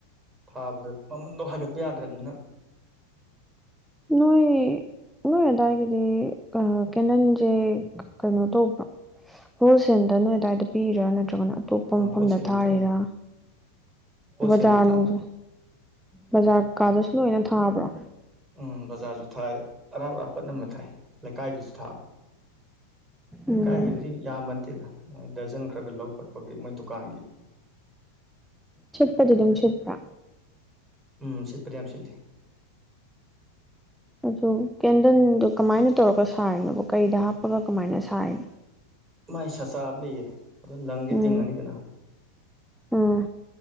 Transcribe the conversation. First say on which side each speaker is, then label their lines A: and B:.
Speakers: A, on the right; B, in the centre.
A: ꯊꯥꯕꯗ ꯃꯃꯟꯗꯣ ꯍꯥꯏꯒꯠꯄ ꯌꯥꯗ꯭ꯔꯕꯅꯤꯅ
B: ꯅꯣꯏ ꯅꯣꯏ ꯑꯗꯥꯏꯒꯤꯗꯤ ꯀꯦꯅꯟꯁꯦ ꯀꯩꯅꯣ ꯇꯧꯕ꯭ꯔꯣ ꯍꯣꯜꯁꯦꯜꯗ ꯅꯣꯏ ꯑꯗꯨꯗꯥꯋꯥꯏꯗ ꯄꯤꯔꯤꯔꯥ ꯅꯠꯇ꯭ꯔꯒꯅ ꯑꯇꯣꯞꯄ ꯃꯐꯝꯗ
A: ꯍꯣꯜꯁꯦꯜ ꯑꯣꯏꯅ
B: ꯊꯥꯔꯤꯔꯥ
A: ꯊꯥꯏꯅꯤ ꯍꯣꯜꯁꯦꯜꯗ
B: ꯕꯖꯥꯔ
A: ꯊꯥꯕ
B: ꯅꯨꯡꯁ ꯕꯖꯥꯔ ꯀꯥꯗꯁꯨ ꯂꯣꯏꯅ ꯊꯥꯕ꯭ꯔꯣ
A: ꯎꯝ ꯕꯖꯥꯔꯁꯨ ꯊꯥꯏ ꯑꯔꯥꯞ ꯑꯔꯥꯄꯠ ꯑꯃ ꯊꯥꯏ ꯂꯩꯀꯥꯏꯒꯤꯁꯨ ꯊꯥꯕ ꯂꯩꯀꯥꯏꯒꯤꯕꯨꯗꯤ
B: ꯎꯝ
A: ꯌꯥꯝꯃꯟꯗꯦꯗ ꯗꯔꯖꯟ ꯈꯔ ꯈꯔ ꯂꯧ ꯈꯣꯠꯄꯒꯤ ꯃꯣꯏ ꯗꯨꯀꯥꯟꯒꯤ
B: ꯁꯤꯠꯄꯗꯤ ꯑꯗꯨꯝ ꯆꯠꯄ꯭ꯔꯥ
A: ꯎꯝ ꯁꯤꯄꯔꯤ ꯌꯥꯝ ꯁꯤꯦꯂꯜꯂꯤ
B: ꯑꯗꯨ ꯀꯦꯟꯗꯜꯗꯨꯣ ꯀꯃꯥꯏꯅ ꯇꯧꯔꯒ ꯁꯥꯔꯤꯅꯣꯕ ꯀꯩꯗ ꯍꯥꯞꯄꯒ ꯀꯃꯥꯏꯅ ꯁꯔꯤꯅꯣ
A: ꯃꯥꯏ ꯁꯆꯥꯕ ꯂꯩꯑ ꯑꯗ ꯂꯪꯁꯦ
B: ꯎꯝ
A: ꯇꯤꯡꯉꯅꯤꯗꯅ
B: ꯎꯝ